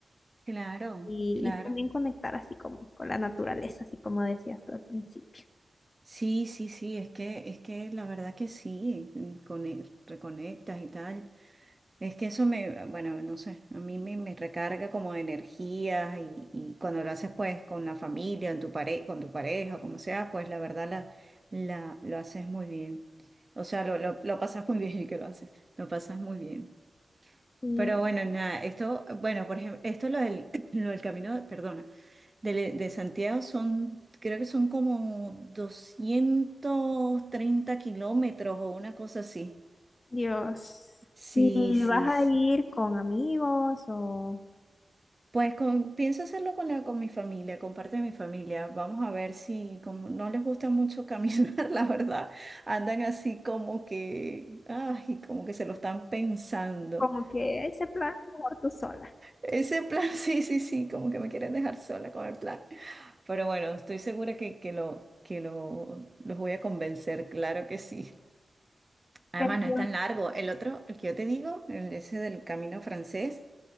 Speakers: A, on the right; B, on the left.
A: claro,
B: y,
A: claro.
B: y también conectar así como con la naturaleza, así como decías tú al principio.
A: Sí, sí, sí, es que, es que la verdad que sí, mm, cone- reconectas y tal. Es que eso me, ah, bueno, no sé, a mí me, me recarga como de energía y, y cuando lo haces pues con la familia, en tu pare- con tu pareja, como sea, pues la verdad la, la, lo haces muy bien. O sea, lo, lo, lo pasas muy bien <laughs> y que lo haces, lo pasas muy bien.
B: Sí,
A: Pero bueno, nada, esto, bueno, por ejemplo, esto lo del, <clears throat> lo del camino, perdona. De, de Santiago son, creo que son como 230 kilómetros o una cosa así.
B: Dios.
A: Sí,
B: ¿Y
A: sí,
B: vas a
A: sí.
B: ir con amigos o
A: Pues con- pienso hacerlo con la, con mi familia, con parte de mi familia. Vamos a ver si, como no les gusta mucho caminar, <laughs> la verdad, andan así como que, ay, como que se lo están pensando.
B: como que ese plan mejor tú sola?
A: Ese plan, <laughs> sí, sí, sí, como que me quieren dejar sola con el plan. Pero bueno, estoy segura que, que lo, que lo, los voy a convencer, claro que sí. Además,
B: Pero,
A: no es tan largo. El otro, el que yo te digo, el ese del Camino Francés,